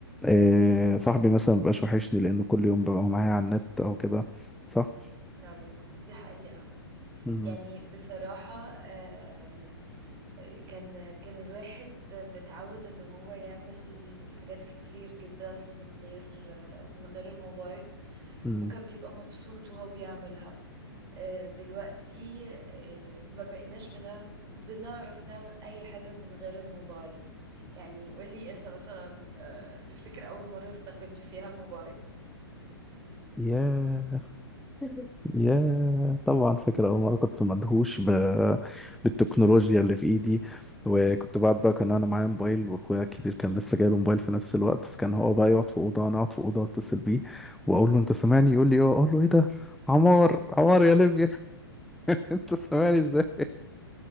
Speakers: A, in the centre; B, on the right.
A: آه صاحبي مثلا مبقاش وحشني لانه كل يوم ببقى معايا على النت او كده صح؟
B: أيوه دي حقيقة
A: مم.
B: يعني بصراحة آه، كان كان الواحد متعود ان هو يعمل حاجات كتير جدا من غير آه، من غير الموبايل
A: مم.
B: وكان بيبقى مبسوط وهو بيعملها آه، دلوقتي آه، ما بقيناش بنعم بنعرف نعمل اي حاجة من غير الموبايل يعني قولي انت مثلا آه، تفتكر اول مرة استخدمت فيها الموبايل
A: ياه يا طبعا فاكر أول مرة كنت مدهوش ب... بالتكنولوجيا اللي في إيدي وكنت بعد بقى كان أنا معايا موبايل وأخويا الكبير كان لسه جاي له موبايل في نفس الوقت فكان هو بقى يقعد في أوضة وأنا أقعد في أوضة أتصل بيه وأقول له أنت سامعني يقول لي أه أقول له إيه ده عمار عمار يا ليبيا <laughs> أنت سامعني إزاي